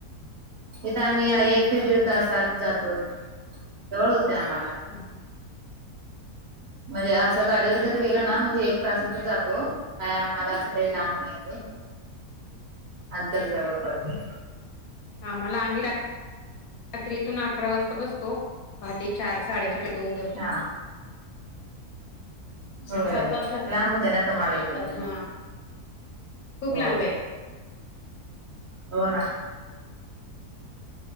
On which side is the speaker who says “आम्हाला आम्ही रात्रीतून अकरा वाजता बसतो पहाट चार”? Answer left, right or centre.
Left